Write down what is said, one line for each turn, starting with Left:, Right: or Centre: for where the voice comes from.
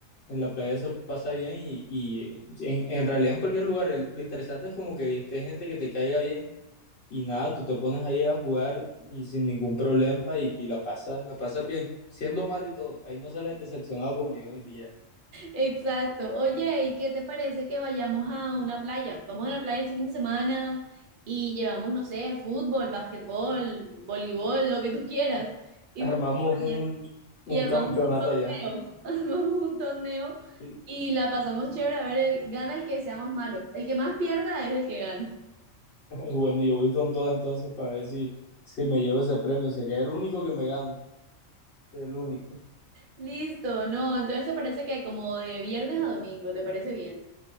Left: en la playa se pasa bien y, y en, en realidad en cualquier lugar, el- lo interesante es como que esté gente que te caiga bien y nada, tú te pones ahí a jugar y sin ningún problema y, y la pasas, la pasas bien, siendo malo y todo. Ahí no sales decepcionado como yo en el billar.
Right: Exacto. Oye, ¿y qué te parece que vayamos a una playa? Vamos a la playa este fin de semana y llevamos, no sé, fútbol, básquetbol, voleibol, lo que tú quieras. Y
Left: Armamos
Right: jugamos
Left: un,
Right: allá.
Left: un
Right: y armamos
Left: campeonato
Right: un torneo,
Left: allá.
Right: <laughs> armamos un torneo
Left: <laughs>
Right: y la pasamos chévere, a ver, el- gana el que sea más malo, el que más pierda es el que gana.
Left: Bueno, yo voy con todo entonces para ver si, si me llevo ese premio. Sería el único que me gano, el único.
Right: Listo, no, entonces te parece que como de viernes a domingo, ¿te parece bien?